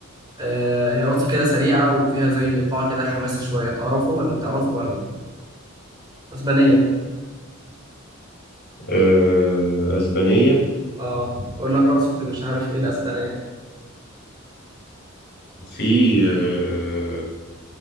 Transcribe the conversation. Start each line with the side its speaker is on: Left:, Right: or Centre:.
Right: آه... هي رقصة كده سريعة وفيها زي إيقاع كده حماسي شوية تعرفه ولا تعرفه ولا أسبانية
Left: آه، اسبانية
Right: اه اقول لك رقصة مش عارف ايه الاسبانية
Left: في آه،